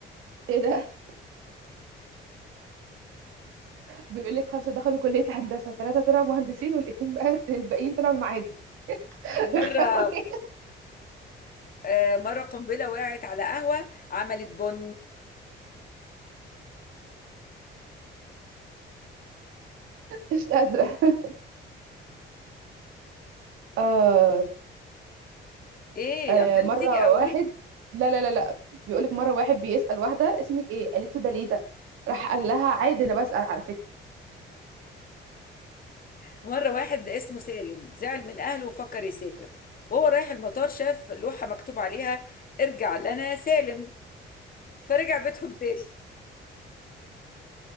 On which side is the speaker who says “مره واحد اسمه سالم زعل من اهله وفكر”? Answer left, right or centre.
Left